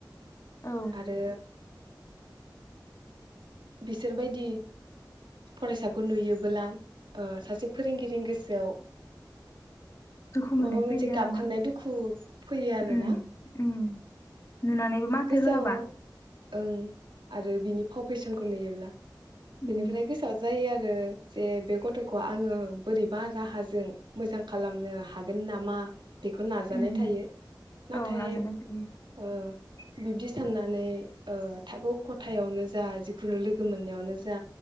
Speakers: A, on the left; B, on the right.
A: औ
B: आरो बिसोरबायदि फरायसाखौ नुयोबोला सासे ओ फोरोंगिरिनि गोसोआव
A: दुखु मोननाय
B: माबा मोनसे
A: फैयो
B: गाबखांनाय
A: आरो ना
B: दुखु फैयो आरोना
A: उम उम नुनानैबो माथो
B: गोसोआव
A: होआबा
B: ओं आरो बिनि फाव फेसनखौ नुयोब्ला
A: उम
B: बेनिफ्राय गोसोआव जायो आरो जे बे गथखौ आंङो बोरैबा राहाजों मोजां खालामनो हागोन नामा? बेखौ नाजानाय
A: उम
B: थायो नाथाय
A: औ नाजानाय थायो
B: ओ बिब्दि साननानै ओ थाखो खथायावनो जों जा जिखुनु लोगो मोननायावनो जा